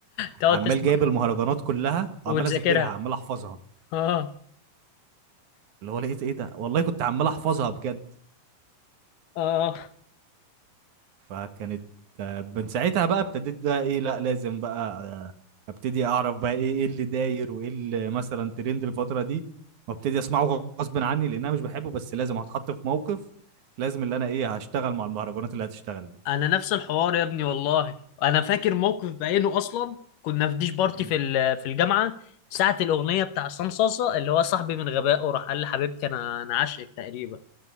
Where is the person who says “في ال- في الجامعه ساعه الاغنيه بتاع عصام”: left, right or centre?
Left